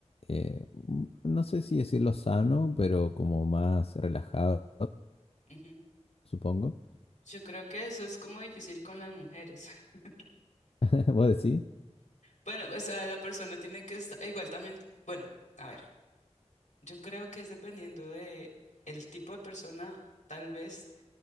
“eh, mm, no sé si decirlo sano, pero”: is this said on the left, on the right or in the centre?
Left